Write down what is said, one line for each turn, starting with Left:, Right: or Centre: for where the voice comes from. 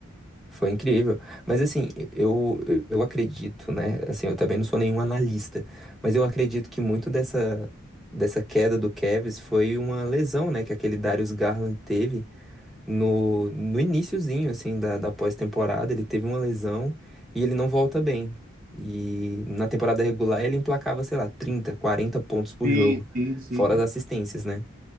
Centre: Foi incrível. Mas assim, eu, eu acredito, né? Assim, eu também não sou nenhum analista, mas eu acredito que muito dessa, dessa queda do Cavs foi uma lesão, né? Que aquele Darius Garland teve no, no iniciozinho, assim, da, da pós-temporada. Ele teve uma lesão e ele não volta bem. E na temporada regular ele emplacava, sei lá, 30, 40 pontos por
Right: Sim,
Centre: jogo,
Right: sim, sim,
Centre: fora
Right: tam-
Centre: as assistências, né?